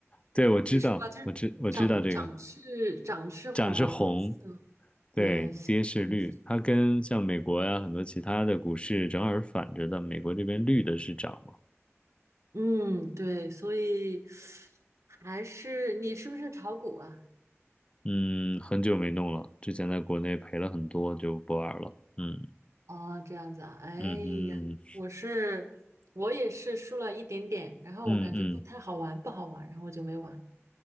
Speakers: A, on the left; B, on the right.
A: 对，我知道，
B: 是吧？就是涨涨是涨是红色，
A: 我知我知道这个，涨是红，对，
B: 对，下跌是。
A: 跌是绿，它跟像美国呀、很多其他的股市正好是反着的，美国这边绿的是涨嘛，
B: 嗯，对，所以还是你是不是炒股啊？
A: 嗯，很久没弄了，之前在国内赔了很多，就不玩了，嗯
B: 哦，这样子啊，哎呀，
A: 嗯哼，
B: 我是我也是输了一点点，然后我感觉不太好玩，
A: 嗯嗯，
B: 不好玩，然后我就没玩。